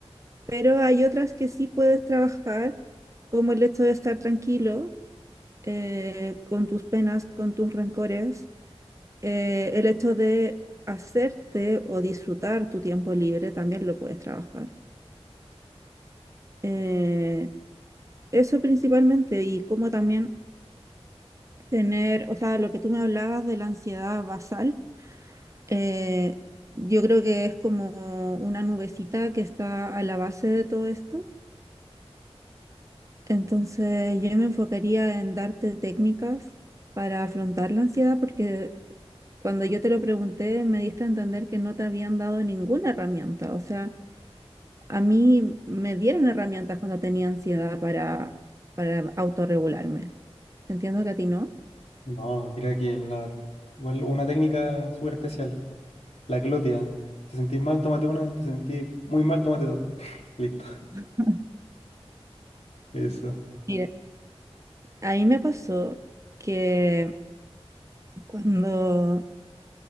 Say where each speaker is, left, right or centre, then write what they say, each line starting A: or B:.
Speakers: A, on the right; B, on the left.
A: pero hay otras que sí puedes trabajar, como el hecho de estar tranquilo eh, con tus penas, con tus rencores, Eh, el hecho de hacerte o disfrutar tu tiempo libre también lo puedes trabajar. Eh, eso principalmente y como también tener, o sea, lo que tú me hablabas de la ansiedad basal Eh, yo creo que es como una nubecita que está a la base de todo esto. Entonces yo me enfocaría en darte técnicas para afrontar la ansiedad porque cuando yo te lo pregunté me diste a entender que no te habían dado ninguna herramienta. O sea, a mí me dieron herramientas cuando tenía ansiedad para, para autorregularme. Entiendo que a ti no.
B: No, diría que la, igual una técnica súper especial, la glotia. Te sentís mal, tómate una, te sentís muy mal, tómate dos. <laughs> Listo.
A: <laughs>
B: Eso.
A: Mira, a mí me pasó que cuando